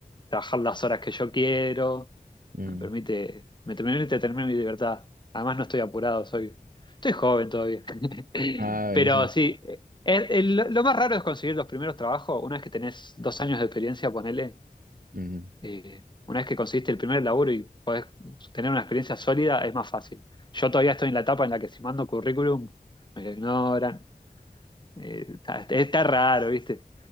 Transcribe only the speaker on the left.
trabajar las horas que yo quiero,
me permite, me permite tener mi libertad. Además no estoy apurado, soy, estoy joven todavía. <laughs>
Pero sí, eh, el- lo más raro es conseguir los primeros trabajos, una vez que tenés dos años de experiencia, ponele,
eh, una vez que conseguiste el primer laburo y podés tener una experiencia sólida, es más fácil. Yo todavía estoy en la etapa en la que si mando currículum, me lo ignoran. Eh, está, está raro, ¿viste?